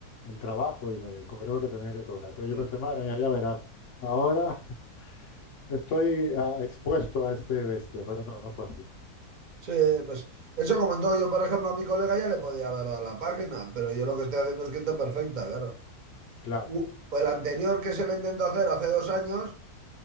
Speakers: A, on the left (about 60°); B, on the right (about 45°).
A: el trabajo y me cobró lo que tenía que cobrar. Pero yo
B: mm.
A: pensé, madre mía, ya verás, ahora <laughs> estoy ah, expuesto a este bestia, pero no, no fue así.
B: Sí, pues eso como en todo, yo por ejemplo a mi colega ya le podía haber dado la página, pero yo lo que estoy haciendo es que esté perfecta, claro.
A: Claro,
B: U- El anterior que se lo intentó hacer hace dos años,